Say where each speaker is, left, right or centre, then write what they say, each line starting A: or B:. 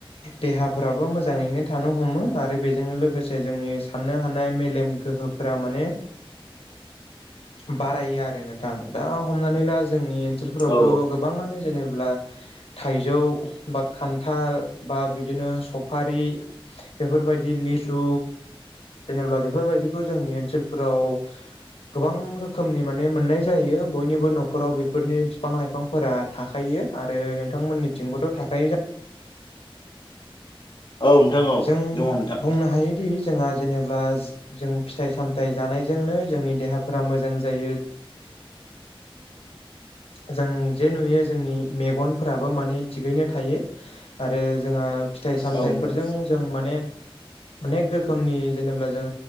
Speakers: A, on the left; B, on the left.
A: देहाफ्राबो मोजां मोजाङैनो थानो हमो आरो बेजोंनो लोगोसे जोंनि साननो हानाय मेलेम गोहोफोरा माने बारायो आरो नोंथां दा हमनानै ला जोंनि ओनसोलफोरावथ'
B: औ
A: गो बाङानो जेनेब्ला थाइजौ बा खान्थाल बा बिदिनो सफारि बेफोर बायदि लिसु जेनेब्ला बेफोरबायदिखौ जोंनि ओनसोलफोराव गोबां रोखोमनि माने मोननाय जायो बयनिबो न'खराव बेफोरनि बिफां-लाइफां फोरा थाखायो आरो नोंथांमोननिथिंबोथ' थाखायो
B: औ नोंथां औ
A: जों
B: दङ नोंथां
A: बुंनो हायोदि जोंहा जेनेबब्ला जों फिथाइ सामथाइ जानाय बेजोंनो जोंनि देहाफोरा मोजां जायो। जों जे नुयो जोंनि मेगनफोराबो माने थिगैनो थायो आरो जोंहा फिथाइ सामथाइफोरजों
B: औ नोंथां
A: जों माने अनेक रोखोमनि जेनेब्ला जों